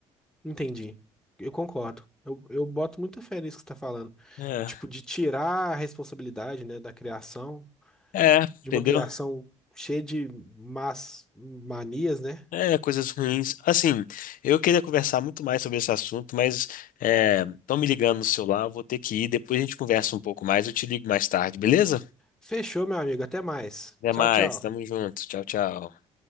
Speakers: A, in the centre; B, on the left (about 55°).
A: Entendi. Eu concordo. Eu, eu boto muita fé nisso que você tá falando.
B: É,
A: Tipo, de tirar a responsabilidade, né, da criação,
B: é,
A: de
B: entendeu?
A: uma criação cheia de más manias, né?
B: É, coisas ruins. Assim, eu queria conversar muito mais sobre esse assunto, mas estão me ligando no celular, eu vou ter que ir. Depois a gente conversa um pouco mais, eu te ligo mais tarde, beleza?
A: Fechou, meu amigo. Até mais.
B: Até
A: Tchau,
B: mais,
A: tchau.
B: tamo junto. Tchau, tchau.